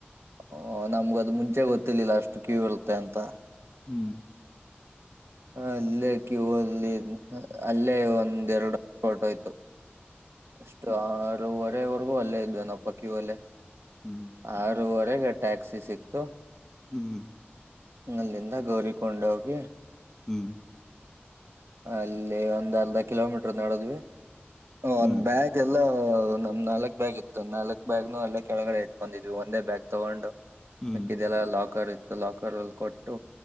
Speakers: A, on the right (about 85°); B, in the centre.
A: ಹ ನಮಗೆ ಅದು ಮುಂಚೆ ಗೊತ್ತಿರಲಿಲ್ಲ ಅಷ್ಟು ಕಿವ ಇರು ಹ
B: ಹ್ಮ್ ಹ್ಮ್
A: ಅಲ್ಲೇ ಕ್ಯೂ ಅಲ್ಲಿ ಅಲ್ಲೇ ಒಂದ ಎರಡು ಫೋಟೋ ಆಯ್ತು ಸ್ಟ್ರಾ ಆ ಏಳುವರೆ ವರೆಗೂ ಅಲ್ಲೇ ಇದ್ದೆ ಏನಾಪ್ಪ ಕ್ಯೂ ಅಲ್ಲೇ
B: ಹ್ಮ್
A: ಆರು ಎಲ್ಲಿ ಟ್ಯಾಕ್ಸಿ ಸಿಕ್ತು
B: ಹ್ಮ್
A: ಅಲ್ಲಿಂದ ಗೌರಿ ಕೊಂಡಾಗೆ ಹೋಗಿ
B: ಹ್ಮ್
A: ಅಲ್ಲೇ ಒಂದ ಅರ್ಧ ಕಿಲೋ ಮೀಟರ್ ನಾಡದ್ವಿ ಹ
B: ಹ್ಮ್
A: ಒಂದ್ ಬ್ಯಾಗ್ ಅಲ್ಲ ಇಲ್ಲ ನಮ್ಮ ನಾಲ್ಕ್ ಬಾಗ್ ಇತ್ತು ನಾಲ್ಕಕ್ ಬ್ಯಾಗನೂ ಅಲ್ಲೇ ಕೆಳಗಡೆ ಇಟ್ಟ ಬಂದಿದೀವಿ ಒಂದೇ ಬ್ಯಾಗ್ ತಗೊಂಡು
B: ಹ್ಮ್
A: ಮಿಕ್ಕಿದ್ದೆಲ್ಲಾ ಲಾಕರ್ ಇತ್ತು ಲಾಕರಲ ಕೊಟ್ಟು